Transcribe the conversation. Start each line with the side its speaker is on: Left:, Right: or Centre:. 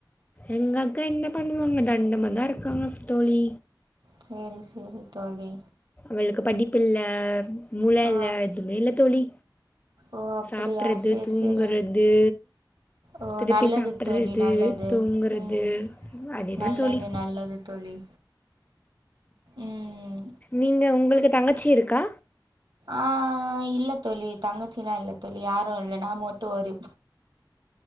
Left: எங்க அக்கா என்ன பண்ணுவாங்க தண்டமா தான் இருக்காங்கத் தோழி
Right: செரி செரி தோழி
Left: வளுக்கு படிப்பு இல்ல மூள
Right: ஆ
Left: இல்ல எதுவுமே இல்ல தோழி
Right: ஓ அப்படியா
Left: சாப்ட்றது
Right: சேரி
Left: தூங்குறது
Right: சேரி ஓ
Left: திருப்பி
Right: நல்லது
Left: சாப்பிட்றது
Right: தோழி நல்லது
Left: தூங்குறது
Right: உம்
Left: அதே
Right: நல்லது
Left: தான் தோழி
Right: நல்லது தோழி ம்
Left: நீங்க உங்களுக்கு தங்கச்சி இருக்கா
Right: ஆஹ் இல்ல தோழி தங்கச்சில்லாம் இல்ல தோழி யாரும் இல்ல நான் மட்டும் ஓரு